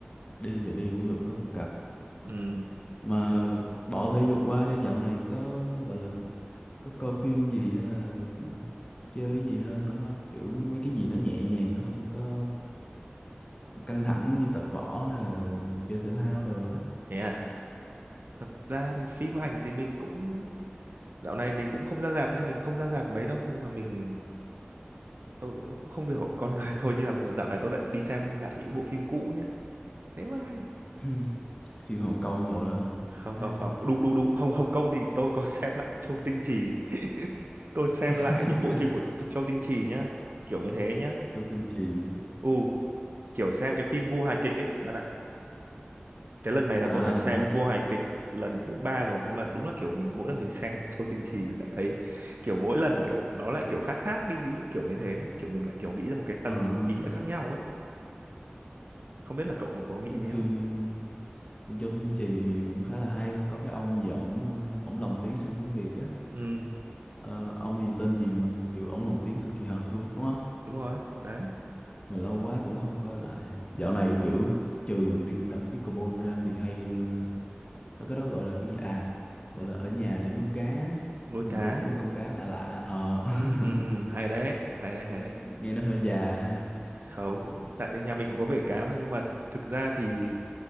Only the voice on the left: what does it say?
đi thì đi cũng được có một cặp
mà bỏ thể dục qua đi dạo này có gọi là có coi phim gì hay là chơi cái gì hơn nữa không kiểu mấy cái gì nó nhẹ nhàng nó không có căng thẳng như tập võ hay là chơi thể thao đồ á
<laughs> phim Hồng Kông đồ đó hả
cái
<laughs>
Châu Tinh Trì
à
mấy cái
ờ, nói
chung
phim
phim Châu Tinh Trì thì cũng khá là hay có cái ông gì ổng ờ, ổng lồng tiếng sang tiếng Việt á
Ờ, ông gì tên gì mà kiểu ổng lồng tiếng cực kỳ hợp luôn đúng không
mà lâu quá cũng không coi lại dạo này kiểu trừ đi tập pickleball ra thì hay ờ, nó cái đó gọi là cái gì à gọi là ở nhà để nuôi cá
mình
nuôi mấy con cá lạ lạ ờ
<laughs>
nghe,
nghe nó hơi già ha